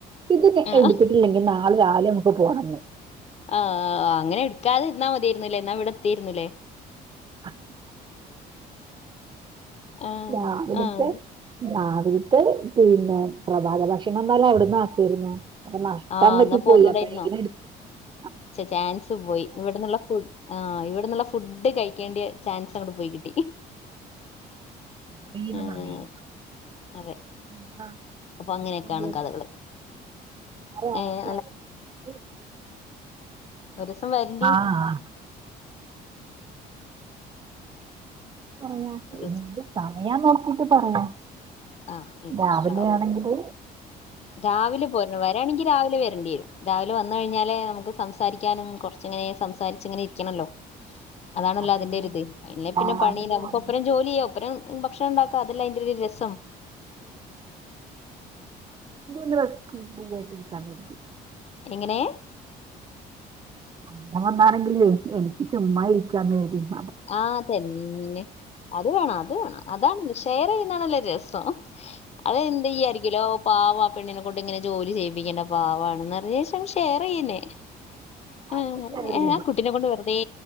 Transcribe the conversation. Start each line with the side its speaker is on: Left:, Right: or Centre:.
Right: ഇത്
Left: ആഹ്
Right: എടുത്തിട്ടില്ലെങ്കിൽ നാളെ രാവിലെ നമുക്ക് പോണംന്ന്
Left: ആഹ അങ്ങനെ എടുക്കാതെ ഇന്നാ മതിരുന്നില്ലേ എന്നാ ഇവിടെത്തിരുന്നില്ലേ
Right: അ
Left: ആഹ്
Right: രാവിലത്തെ
Left: ആഹ്
Right: അവക്ക് പിന്നെ പ്രഭാത ഭക്ഷണം വന്നാല അവിടന്ന് ആക്കിരുന്നു അപ്പൊ നഷ്ടമ്പക്കി
Left: ആഹ് എന്നാ പോന്നൂടായിരുന്നോ
Right: പോയി അപ്പോഴെങ്ങനെ എ
Left: ചാൻസ് പോയി ഇവിടെന്നുള്ള ഫുഡ് ആ് ഫുഡ് കഴിക്കേണ്ട ചാൻസ് അങ്ങടെ പോയി കിട്ടി
Right: വന
Left: ഏഹ്
Right: പറ
Left: അതെ
Right: <unintelligible>
Left: അപ്പൊ അങ്ങനെയൊക്കെയാണ് കഥകള്
Right: അറ ആക്ക
Left: ഏഹ്
Right: <unintelligible>
Left: ഒരു ദിവസം വരണ്ടി
Right: ആ പറയാ
Left: ഒരുസം
Right: എന്ത് സമയാം നോക്കിട്ട് പറയാം
Left: ആഹ് ഇൻഷാ
Right: രാവിലെ
Left: അള്ളാ
Right: ആണെങ്കില്
Left: രാവിലെ പോര വരാണെങ്കിൽ രാവിലെ വരേണ്ടി വരും രാവിലെ വന്ന കഴിഞ്ഞാല് നമുക്ക് സം സംസാരിക്കാനും കുറച്ചങ്ങനെ സംസാരിച്ച ഇങ്ങനെ ഇരിക്കണല്ലോ അതണല്ലോ
Right: അതുപോലെ
Left: അതിന്റെറ ഒരിത് അെ
Right: രാവിലെ
Left: പിന്നെ പണിയില്ല നമുക്ക്
Right: അഞ്ച്
Left: ഒപ്പരം ജോലി ചെയ്യാം ഒപ്പരം ഭക്ഷണം ഉണ്ടാക്ക അതെല്ലാം അതിന്റെ രസം
Right: ട്ടച്ചി <unintelligible>
Left: എങ്ങനെ
Right: അങ്ങനെ വന്നാണെങ്കിൽ എനിക്ക് ചുമ്മാ ഇരിക്കാന്നന്ന് വര
Left: ആഹതന്നെ അത് വേണം അത് വേണം അതാണ് ഷെയർ ചെയ രസം അത് എന്ത ചെയ്യായിരിക്കോ പാവ പെണ് ോട്ട ഇങ്ങെ ജോലി ചെയ്യിപ്പിക്കണ്ട പാവാണ് നി പറ ശേഷം ഷെയർ ചെയ്യുന്നേ ആ
Right: അത് ശരിയാണ്
Left: ഏ ആ കുട്ടിനെ കൊണ്ട് വെറുതെ